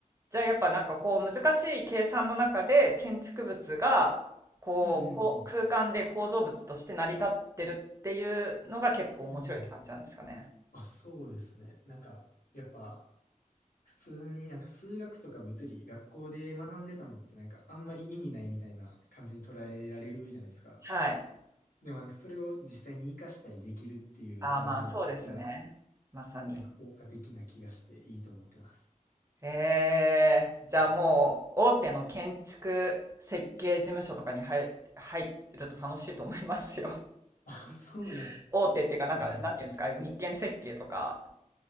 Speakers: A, on the right (about 20°); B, on the left (about 80°).
A: じゃあやっぱなんかこう難しい計算の中で建築物がこう、
B: うんうんうん。
A: こう空間で構造物として成り立ってるっていうのが結構面白いって感じなんですかね。
B: うんうん。まあそうですね。なんか、やっぱ、普通になんか数学とか物理、学校で学んでたのってなんかあんまり意味ないみたいな感じに捉えられるじゃないですか。
A: はい。
B: でもなんかそれを実際に活かしたりできるっていう点では、
A: ああ、まあそうですね。
B: めっちゃ
A: まさに。
B: なんか効果的な気がしていいと思ってます。
A: ええ、じゃあもう大手の建築設計事務所とかに入、入ると楽しいと思いますよ。
B: あ、そうな
A: <laughs> 大手っていうか、なんか、
B: んや。
A: なんていうんですか、日建設計とか、